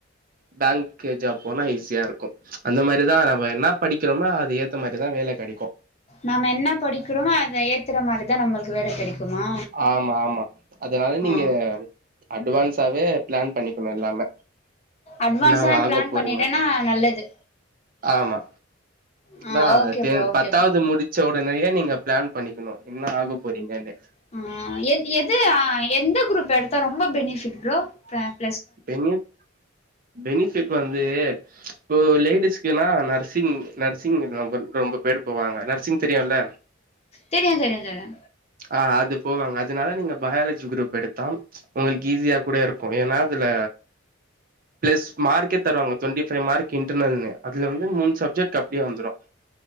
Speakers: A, on the right; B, on the left.
A: பேங்க்கு ஜாப் போனா ஈஸியாருக்கு அந்த மாரிதா நம்ம என்னா படிக்கிறோமா அது ஏத்த மார் த்துதா வேல கெடைக்கு
B: நாம என்ன படிக்கிறோமோ, அத ஏத்துற மாதிரிதா நம்பள்க்கு வேல கெடைக்குமா
A: ஆமா ஆமா அதனால
B: ஆ
A: நீங்க அட்டுவான்ஸாவே ப்ளான் பண்ணிக்கணு எல்லாமே
B: அட்வான்ஸா
A: என்னாவா ஆக
B: ப்ளான்
A: போறீங்க
B: பண்ணிட்டேன்னா நல்லது
A: ஆமா
B: ஆ
A: ந்தா
B: okay
A: ten
B: bro okay
A: பத்தாவ்து
B: bro
A: முடி ச்ச ஒடனயே நீங்க ப்ளான் பண்ணிக்கணு என்ன ஆக போறீங்கன்னு
B: ஆ எ எது அ எந்த குரூப் எடுத்தா ரொம்ப பெனிஃபிட் ப்ரோ ப்ர
A: பெனிப் பெனிஃபிட் வந்து இப்போ லேடிஸ்க்கினா நர்சிங் நர்சிங் ரொம்ப ரொம்ப பேர் போவாங்க நர்சிங் தெரியுல
B: தெரியு தெரியு தெரியு
A: ஆ அது போவாங்க அதனால நீங்க பயாலஜி குரூப் எடுத்தா உங்களுக் ஈஸியா கூட இருக்கு ஏனா அதுல ப்ளஸ் மார்க்கே தருவாங்க டொண்டிஃபை மார்க் இன்டர்னல்னு அதுல வந்து மூணு சப்ஜெக்ட் அப்டியே வந்துடு